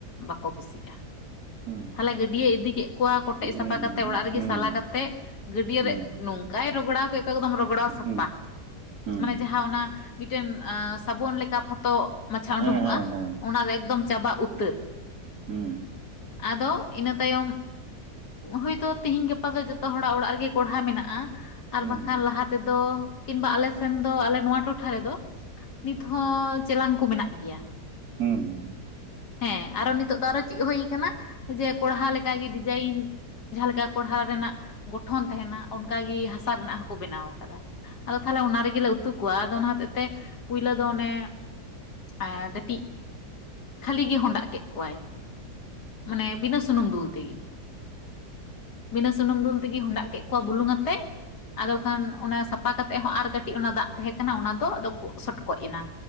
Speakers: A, on the left; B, on the right.
A: ᱵᱟᱠᱚ ᱠᱩᱥᱤᱜᱼᱟ᱾
B: ᱦᱩᱸ
A: ᱛᱟᱦᱞᱮ ᱜᱟᱹᱰᱭᱟᱹᱭ ᱤᱫᱤ ᱠᱮᱫ ᱠᱚᱣᱟ ᱠᱚᱴᱮᱡ
B: ᱦᱩᱸ
A: ᱥᱟᱯᱷᱟ ᱠᱟᱛᱮᱫ
B: ᱦᱩᱸ
A: ᱚᱲᱟᱜ ᱨᱮᱜᱮ
B: ᱦᱩᱸ
A: ᱥᱟᱞᱟ ᱠᱟᱛᱮᱜ ᱜᱟᱹᱰᱭᱟᱹ
B: ᱦᱩᱸ
A: ᱨᱮ
B: ᱦᱩᱸ
A: ᱱᱚᱝᱠᱟᱭ ᱨᱚᱜᱚᱲᱟᱣ ᱠᱮᱜ ᱠᱚᱣᱟ ᱮᱠᱫᱚᱢ ᱨᱚᱜᱲᱟᱣ ᱥᱟᱯᱟ
B: ᱦᱩᱸ ᱦᱩᱸ
A: ᱢᱟᱱᱮ ᱡᱟᱦᱟᱸ ᱚᱱᱟ ᱢᱤᱫᱴᱮᱱ ᱥᱟᱵᱚᱱ ᱞᱮᱠᱟ ᱯᱷᱚᱛᱚ ᱢᱟᱪᱷᱟ
B: ᱦᱮᱸ
A: ᱩᱰᱩᱝ ᱚᱜᱼᱟ
B: ᱦᱮᱸ ᱦᱮᱸ
A: ᱾ ᱚᱱᱟ ᱫᱚ ᱮᱠᱫᱚᱢ ᱪᱟᱵᱟ ᱩᱛᱟᱹᱨ,
B: ᱦᱩᱸ
A: ᱟᱫᱚ ᱤᱱᱟᱹ ᱛᱟᱭᱚᱢ ᱦᱳᱭᱛᱳ ᱛᱤᱦᱤᱧ ᱜᱟᱯᱟ ᱫᱚ ᱡᱚᱛᱚ ᱦᱚᱲᱟᱜ ᱚᱲᱟᱜ ᱨᱮᱜᱮ ᱠᱚᱲᱦᱟ ᱢᱮᱱᱟᱜᱼᱟ᱾ ᱟᱨ
B: ᱦᱩᱸ
A: ᱵᱟᱝᱠᱷᱟᱱ ᱞᱟᱦᱟ ᱛᱮᱫᱚ ᱠᱤᱱᱵᱟ ᱟᱞᱮ ᱥᱮᱱ ᱫᱚ ᱟᱞᱮ ᱱᱚᱣᱟ ᱴᱚᱴᱷᱟ ᱨᱮᱫᱚ ᱱᱤᱛ ᱦᱚᱸ ᱪᱮᱞᱟᱝ ᱠᱚ ᱢᱮᱱᱟᱜ ᱜᱮᱭᱟ᱾
B: ᱦᱩᱸ ᱦᱩᱸ
A: ᱦᱮᱸ ᱟᱨᱚ ᱱᱤᱛᱚᱜ ᱫᱚ ᱟᱨᱚ ᱪᱮᱫ ᱦᱩᱭ ᱠᱟᱱᱟ ᱡᱮ ᱠᱚᱲᱦᱟ ᱞᱮᱠᱟᱜᱮ ᱰᱤᱡᱟᱭᱤᱱ ᱡᱟᱦᱟᱸ ᱞᱮᱠᱟ ᱠᱚᱲᱦᱟ ᱨᱮᱱᱟᱜ ᱜᱚᱴᱷᱚᱱ ᱛᱟᱦᱮᱱᱟ ᱚᱱᱠᱟᱜᱮ ᱦᱟᱥᱟ ᱨᱮᱱᱟᱜ ᱦᱚᱸᱠᱚ ᱵᱮᱱᱟᱣ ᱠᱟᱫᱟ᱾ ᱟᱫᱚ ᱛᱟᱦᱚᱞᱮ ᱚᱱᱟ ᱨᱮᱜᱮᱞᱮ ᱩᱛᱩ ᱠᱚᱣᱟ ᱟᱫᱚ ᱚᱱᱟ ᱦᱚᱛᱮᱛ ᱛᱮ ᱯᱩᱭᱞᱳ ᱫᱚ ᱚᱱᱮ ᱮᱸᱻ ᱠᱟ. ᱴᱤᱜ ᱠᱷᱟᱹᱞᱤ ᱜᱮ ᱦᱰᱟᱜ ᱠᱮᱫ ᱠᱚᱣᱟᱭ, ᱢᱟᱱᱮ ᱵᱤᱱᱟᱹ ᱥᱩᱱᱩᱢ ᱫᱩᱞ ᱛᱮᱜᱮ᱾ ᱵᱤᱱᱟᱹ ᱥᱩᱱᱩᱢ ᱫᱩᱞ ᱛᱮᱜᱮ ᱦᱸᱰᱟᱜ ᱠᱮᱫ ᱠᱚᱣᱟ ᱵᱩᱞᱩᱝ ᱟᱛᱮᱜ᱾ ᱟᱫᱚ ᱠᱷᱟᱱ ᱚᱱᱟ ᱥᱟᱯᱟ ᱠᱟᱛᱮᱜ ᱦᱚᱸ ᱟᱨ ᱠᱟᱹᱴᱤᱡ ᱚᱱᱟ ᱫᱟᱜ ᱛᱟᱦᱮᱸ ᱠᱟᱱᱟ ᱚᱱᱟ ᱫᱚ ᱟᱫᱚ ᱠᱚ ᱥᱚᱴᱠᱚᱡ ᱮᱱᱟ᱾